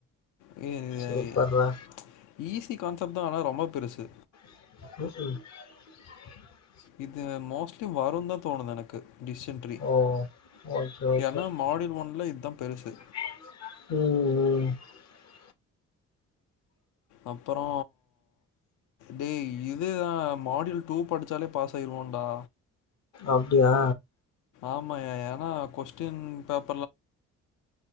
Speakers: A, on the left; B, on the left.
A: <unintelligible>
B: சூப்பர்ரா
A: ஈஸி கான்செப்ட்தா ஆனா ரொம்பா பெருசு
B: <inaudible>
A: இதுல மோஸ்ட்லி வருன்தா தோணுது எனக்கு டிஸ்ஸன்ட்ரி
B: ஓ ஓகே ஓகே
A: ஏன்னா மாடில் ஒன்ல இதா பெருசு
B: ம் ம்
A: அப்பறோ டேய் இதுதா மாடியல் டூ படிச்சாலே பாஸ் ஆயிருவோன்டா
B: அப்டியா
A: ஆமாயா ஏன்னா கொஸ்டின் பேப்